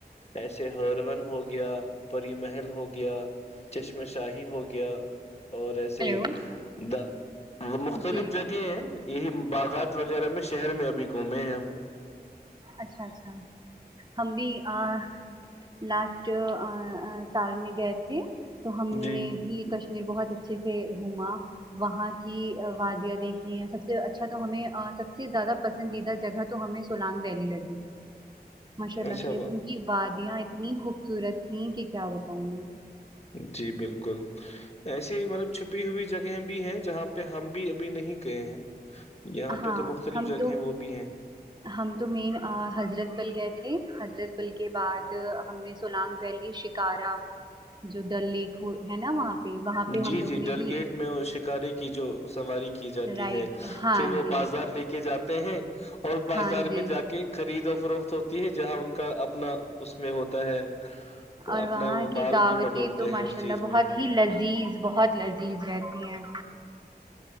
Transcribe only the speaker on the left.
ایسے ہر ون ہو گیا پری محل ہو گیا چشم اس میں شاہی ہو گیا اور ایسے
د وہ مختلف
جگہیں ہیں یہی باغات وغیرہ میں شہر میں ابھی گھومے ہیں ہم
جی
اچھا
وہ
جی بالکل ایسے ہی مطلب چھپی ہوئی جگہیں بھی ہیں جہاں پہ ہم بھی ابھی نہیں گئے ہیں یہاں
پہ تو مختلف
جگہیں
وہ بھی ہیں
جی
جی
ڈل
گیٹ میں شکارے کی کی جو سواری کی کی جاتی
ہے
پھر وہ
بازار لے کے جاتے ت ہیں <unintelligible> اور بازار
میں جا کے خرید اور فروخت ہوتی ہے جہاں ان کا اپنا اس میں ہوتا ہے
اپنا
وہ
مال
بھی بٹورتے
ہیں
اس چیز
میں